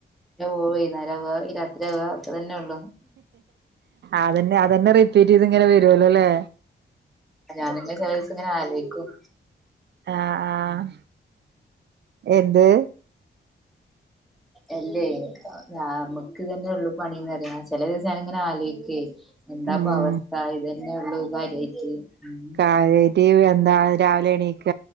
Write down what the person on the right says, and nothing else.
അതന്നെ അതന്നെ റിപ്പീറ്റ് ചെയ്ത് ഇങ്ങനെ വരുവല്ലോല്ലേ
ആഹ് ആഹ് എന്ത്
ഉം
കാര്യായിട്ട് എന്താ രാവിലെ എണീക്ക